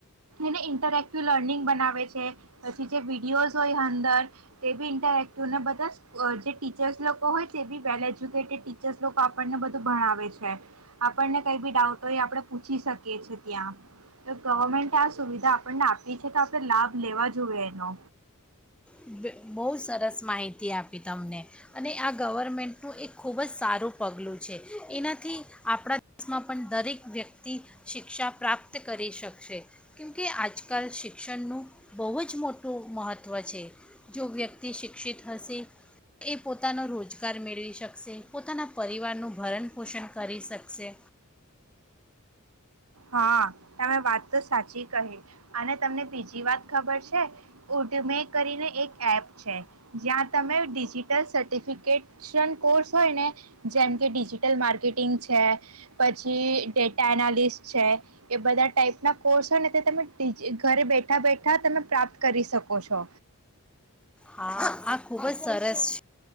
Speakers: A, on the right (about 80°); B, in the centre.
A: એને ઇન્ટરેક્ટિવ લર્નિંગ બનાવે છે પછી જે વિડીિયોઝ હોય, અંદર તે બી ઇન્ટરેએક્ટિવને બધા જે ટીચર્સ લોકો હોય તે બી. વેલ એજ્યુકેટેડ ટીચર્સ લોકો આપણને બધું ભણાવે છે આપણને કઈ બી ડાઉટ હોય આપણે પૂછી શકીએ છી, ત્યાં તો ગવર્મેન્ટ આ સુવિધા આપણને આપી છે, તો આપણે લાભ લેવા જોએ એનો
B: બ- બહુ સરસ માહિતી આપી તમને અને આ ગવર્મેન્ટનું એક ખૂબ જ સારું પગલું છે એનાથી આપણા દેશમાં પણ દરેક વ્યક્તિ શિક્ષા પ્રાપ્ત કરી શકશે કેમકે આજકાલ શિક્ષણનું બહુ જ મોટું મહત્ત્વ છે જો વ્યક્તિ શિક્ષિત હશે એ પોતાનો રોજગાર મેળવી શકશે પોતાના પરિવારનું ભરણ પોષણ કરી શકશે.
A: હા, તમે વાત તો સાચી કહી અને તમને બીજી વાત ખબર છે. ઉડમે કરીને એક એપ છે જ્યાં તમે ડિજિટલ સર્ટિફિકેટ શિક્ષણ કોર્સ હોય ને જેમ કે ડિજિટલ માર્કેટિંગ છે, પછી ડેટા એનાલિસ્ટ છે, એ બધા ટાઈપ ના કોર્સ હોય ને તે તમે ઘરે બેઠા બેઠા તમે પ્રાપ્ત કરી શકો છો.
B: હા આ ખૂબ જ સરસ છે.